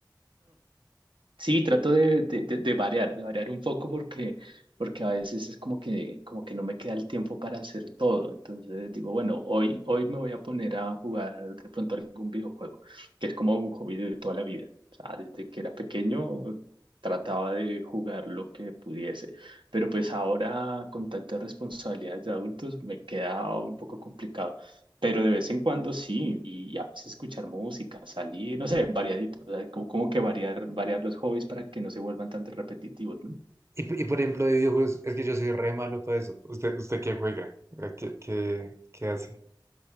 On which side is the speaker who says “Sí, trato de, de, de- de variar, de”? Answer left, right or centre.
Right